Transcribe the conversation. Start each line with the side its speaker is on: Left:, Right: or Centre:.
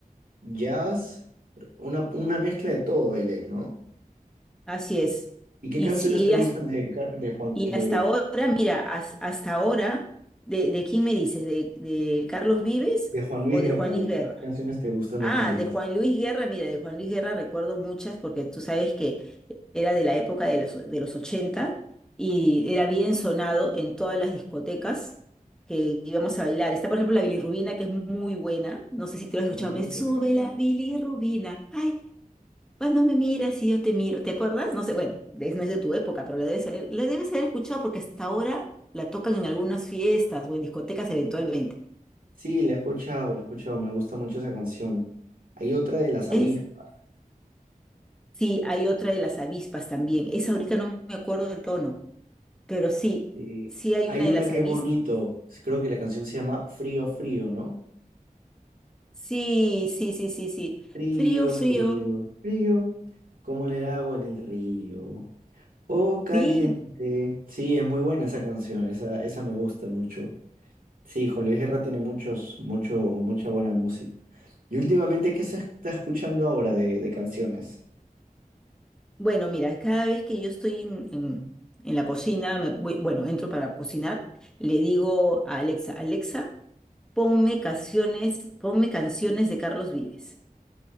Right: jazz, una, una mezcla de todo él es, ¿no?
Centre: así es.
Right: ¿Y qué
Centre: Y,
Right: canciones
Centre: sí,
Right: te
Centre: y
Right: gustan
Centre: hasta,
Right: de, Car- de Juan,
Centre: y
Right: de,
Centre: hasta ahora, mira, has- hasta ahora, ¿de, de quién me dices? ¿De, de Carlos Vives
Right: de Juan Luis
Centre: o
Right: Guerra?
Centre: de Juan Luis
Right: ¿De
Centre: Guerra?
Right: qué, qué canciones te gustan
Centre: Ah,
Right: de Juan Luis
Centre: de
Right: Guerra?
Centre: Juan Luis Guerra, mira, de Juan Luis Guerra recuerdo muchas porque tú sabes que era de la época de, las- de los 80 y era bien sonado en todas las discotecas que íbamos a bailar. Está, por ejemplo, la bilirrubina, que es muy buena. No sé si te lo
Right: A
Centre: has
Right: mí
Centre: escuchado.
Right: me
Centre: Me
Right: gusta
Centre: sube
Right: esa canción.
Centre: la bilirrubina. Ay, cuando me miras y yo te miro, ¿te acuerdas? No sé, bueno, es- no es de tu época, pero la debes haber, la debes haber escuchado porque hasta ahora la tocan en algunas fiestas o en discotecas eventualmente.
Right: Sí, la he escuchado, la he escuchado, me gusta mucho esa canción. Hay otra de las
Centre: Es,
Right: avispas.
Centre: sí, hay otra de las avispas también. Esa ahorita no me acuerdo del tono, pero sí,
Right: sí.
Centre: sí hay
Right: Hay
Centre: una de
Right: una
Centre: las
Right: que
Centre: avispas
Right: es bonito, creo que la canción se llama Frío, Frío, ¿no?
Centre: Sí, sí, sí, sí, sí.
Right: Frío,
Centre: Frío, frío.
Right: frío, frío, como en el agua en el río. Oh, caliente.
Centre: Sí.
Right: Sí, es muy buena esa canción, esa, esa me gusta mucho. Sí, Juan Luis Guerra tiene muchos, mucho, mucha buena música. Y últimamente, ¿qué se está escuchando ahora de, de canciones?
Centre: Bueno, mira, cada vez que yo estoy en, en- en la cocina, me voy- bueno, entro para cocinar, le digo a Alexa, Alexa, ponme canciones, ponme canciones de Carlos Vives.